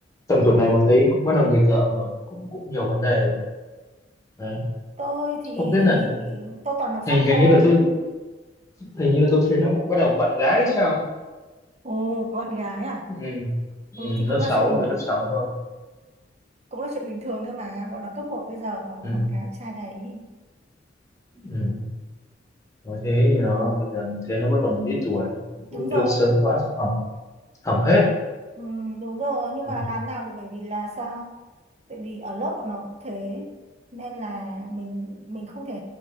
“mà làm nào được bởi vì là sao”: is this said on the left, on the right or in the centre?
Right